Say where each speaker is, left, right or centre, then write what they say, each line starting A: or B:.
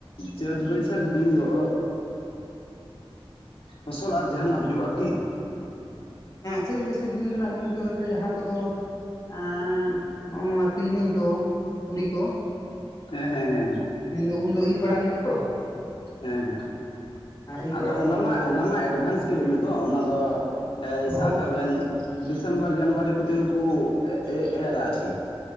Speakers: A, on the left; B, on the left.
A: ᱪᱟᱹᱛ ᱵᱟᱹᱭᱥᱟᱹᱠᱷ ᱫᱤᱱ ᱫᱚ
B: <unintelligible>
A: ᱯᱷᱚᱥᱚᱞ ᱟᱨ ᱡᱟᱦᱟᱱᱟᱜ ᱦᱩᱭᱩᱜᱩᱜᱼᱟ ᱠᱤ?
B: ᱪᱟᱹᱫ ᱵᱟᱹᱭᱥᱟᱹᱠᱷ ᱫᱤᱱ ᱫᱚ ᱦᱟᱸᱜ ᱜᱚᱢᱠᱮ ᱦᱚᱭᱛᱳ ᱡᱟᱦᱟᱸ ᱠᱚᱫᱚ ᱟᱜ ᱱᱚᱜᱼᱚ ᱱᱚᱣᱟ ᱛᱤᱞᱢᱤᱧ ᱠᱚ ᱛᱩᱲᱤ ᱠᱚ ᱾
A: ᱦᱮᱸ ᱦᱮᱸ ᱦᱮᱸ ᱦᱮᱸ ᱾
B: ᱢᱮᱱ ᱫᱚ ᱩᱱᱫᱚ ᱤᱨ ᱵᱟᱲᱟ ᱦᱩᱭᱩᱜᱼᱟ ᱛᱚ ᱾
A: ᱦᱮᱸ, ᱦᱮᱸ ᱾
B: ᱤᱨ
A: ᱟᱫᱚ
B: ᱵᱟᱲᱟ ᱠᱟᱛᱮ
A: ᱚᱱᱟ
B: ᱱᱟᱜ
A: ᱢᱟ,
B: ᱛᱟᱦᱚᱞᱮ
A: ᱚᱱᱟ ᱢᱟ ᱮᱰᱷᱟᱱᱥ ᱜᱮ ᱦᱩᱭᱩᱜ ᱫᱚ ᱚᱱᱟ ᱫᱚ ᱥᱟᱵ
B: ᱦᱚᱸ
A: ᱠᱟᱜ ᱵᱮᱱ ᱰᱤᱥᱮᱢᱵᱚᱨ ᱡᱟᱱᱩᱣᱟᱨᱤ ᱠᱚᱛᱮ ᱜᱮ ᱠᱚ ᱮᱨᱟ ᱟᱨᱠᱤ ᱾